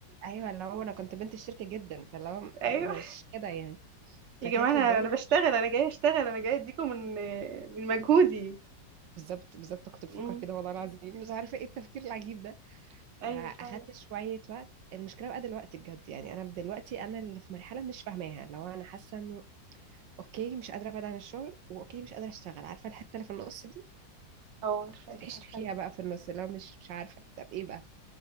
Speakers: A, on the right; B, on the right.
A: ايوه اللي هو انا كنت بنت الشركه جدا فاللي هو
B: ايوه
A: مش كده يعني
B: يا
A: فكانت
B: جماعه انا
A: الدنيا
B: انا بشتغل
A: مش-
B: انا جايه اشتغل انا جايه اديكم من من مجهودي
A: بالظبط بالظبط كنت بفكر
B: امم
A: كده والله العظيم مش عارفه ايه التفكير العجيب ده
B: ايوه
A: فاخدت
B: فعلا
A: شويه وقت المشكله بقى دلوقتي بجد يعني انا دلوقتي انا اللي في مرحله مش فاهماها لو انا حاسه انه اوكي مش قادره ابعد عن الشغل واوكي مش قادره اشتغل عارفه الحته اللي في النص دي
B: اه عارفاه
A: بتتعيش
B: عارفاه
A: فيها
B: جدا
A: بقى في النص اللي هو مش مش عارفه طب ايه بقى